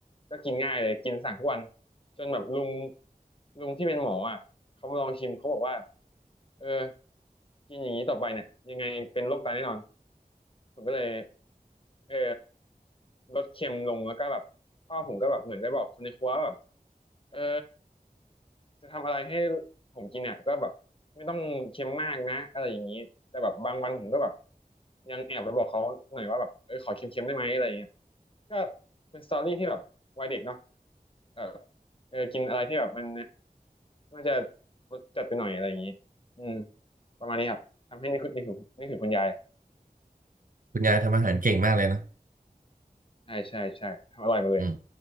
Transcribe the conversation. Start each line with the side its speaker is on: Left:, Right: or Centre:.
Left: ก็กินง่ายเลยกินสั่งทุกวันจนแบบลุงลุงที่เป็นหมออ่ะเขามาลองชิมเขาบอกว่าเออกินอย่างนี้ต่อไปเนี่ยยังไงเป็นโรคไตแน่นอน ผมก็เลยเออลดเค็มลงแล้วก็แบบพ่อผมก็แบบเหมือนได้บอกคนในครัวว่าแบบเออจะทำอะไรให้ผมกินเนี่ยก็แบบไม่ต้องเค็มมากนะอะไรอย่างนี้แต่แบบบางวันผมก็แบบยังแอบไปบอกเขาหน่อยว่าแบบเออขอเค็มๆได้ไหมอะไรอย่างเงี้ยก็เป็นสตอรี่ที่แบบวัยเด็กเนาะเออเออกินอะไรที่แบบมันน่าจะรสจัดไปหน่อยอะไรอย่างนี้อืมประมาณนี้ครับทำให้นึกถึงนึกถึงคุณยาย
Right: คุณยายทำอาหารเก่งมากเลยนะ
Left: ใช่ใช่ใช่ทำอร่อยหมดเลย
Right: อืม